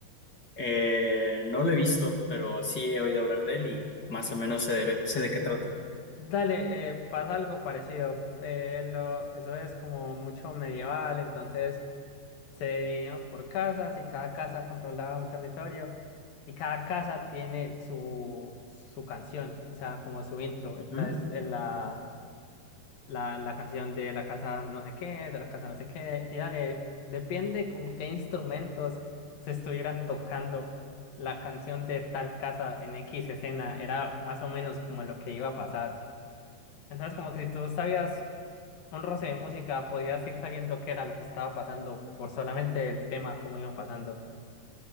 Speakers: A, on the left; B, on the left.
A: Eh, no lo he visto, pero sí he oído hablar de él y más o menos sé de, sé de qué trata.
B: Dale, eh, pasa algo parecido. Eh, lo, eso es como mucho medieval, entonces. Se dividían por casas y cada casa controlaba un territorio y cada casa tiene su, su canción, o sea, como su intro.
A: Ujú.
B: Esta es eh, la, la, la canción de la casa no sé qué, de la casa no sé qué, y dale, depende con qué instrumentos se estuvieran tocando la canción de tal casa en X escena, era más o menos como lo que iba a pasar. Entonces, como que si tú sabías un roce de música, podías ir sabiendo qué era lo que estaba pasando por solamente el tema, cómo iba pasando.